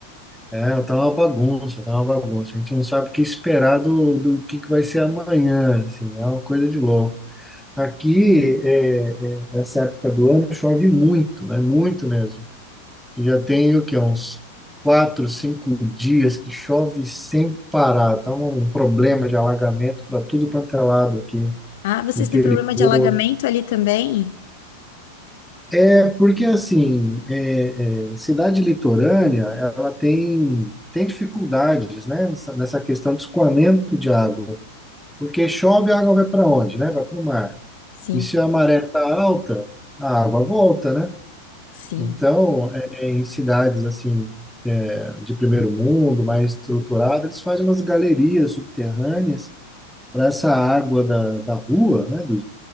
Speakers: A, in the centre; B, on the left.
A: É, tá uma bagunça, tá uma bagunça. A gente não sabe o que esperar do, do que, que vai ser amanhã, assim, é uma coisa de louco. Aqui, é, é, essa época do ano, chove muito, é muito mesmo. E já tem o quê? Uns quatro, cinco dias que chove sem parar. Tá um, um problema de alagamento para tudo quanto é lado aqui.
B: Ah, vocês
A: Interior.
B: têm problema de alagamento ali também?
A: É, porque assim, é, é, cidade litorânea, ela tem, tem dificuldades, né, nessa, nessa questão de escoamento de água. Porque chove, a água vai para onde, né? Vai para o mar.
B: Sim,
A: E se a maré está alta, a água volta, né?
B: sim,
A: Então, é, é, em cidades assim, é, de primeiro mundo, mais estruturadas, eles fazem umas galerias subterrâneas para essa água da, da rua, né, do